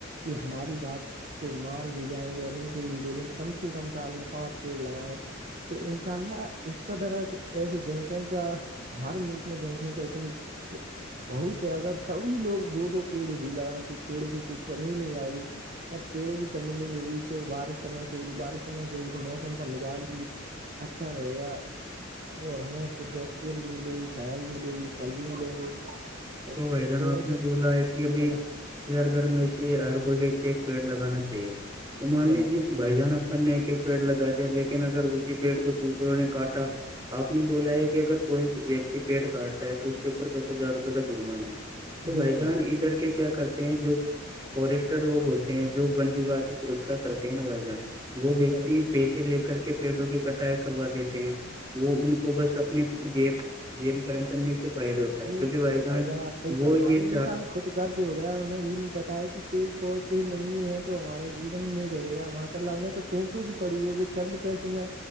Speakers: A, on the right; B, on the right.
A: یہ ہماری بات کو مان بھی جائیں گے اور ان سے یہ بولیں کم سے کم سال میں پانچ پیڑ لگائےیں تو انشاء اللہ اس کا درا ایسے جن سنکھیا ہمارے ملک میں جن سنکھیا اتنی بہت ہے اگر سبھی لوگ دو دو پیڑ بھی لگائےیں تو پیڑوں کی کوئی کمی ہی نہیں آئے گی ا پیڑوں کی کمی نہیں ہوگی تو بارش سمے سے ہوگی بارش سمے سے ہوگی تو موسم کا مزاج بھی اچھا رہے گا اور ہمیں شھ آکسیجن بھی ملے گی چھایا بھی ملے گی پھل بھی ملیں گے اور
B: تو بھائی جان
A: پیڑوں
B: آپ
A: سے
B: نے بولا ہے کہ
A: جی
B: ابھی
A: جناب
B: کہ ہر گھر میں سے ہر کوئی ویکتی ایک پیڑ لگانا چاہیے تو
A: جی
B: مان
A: جناب
B: لیجیے بھائی جان اپن نے ایک ایک پیڑ لگا دیا لیکن اگر اسی پیڑ کو دوسروں نے کاٹا آپ نے بولا ہے کہ اگر کوئی ویکتی پیٹ کاٹتا ہے تو اس کے اوپر دس ہزار روپ کا جرمانہ ہے تو
A: جی
B: بھائی
A: جناب
B: جان ادھر کے کیا کرتے جو فورسٹر لوگ ہوتے ہیں جو ون وواہ کی سرکشا کرتے ہیں ن بائی جہاں وہ ویکتی
A: جی جناب
B: پیسے لے کر کے پیڑوں کی کٹائی کروا دیتے ہیں وہ ان کو بس اپنے جیب جیب گرم کرنے سے فائدہ ہوتا
A: جی
B: ہے کہ بھائی جان
A: آپ صحیح
B: وہ
A: فرما
B: یہ
A: رہے ہو۔
B: چاہ
A: انسان خود گرج ہو گیا انہیں یہ نہیں بتایا کہ پیڑ پودے نہیں ہے تو ہمارا جین نہیں رہے گا ہم سلہ نے تو پیسوں کی پڑی ہوئی ہے وہ چند پیسوں میں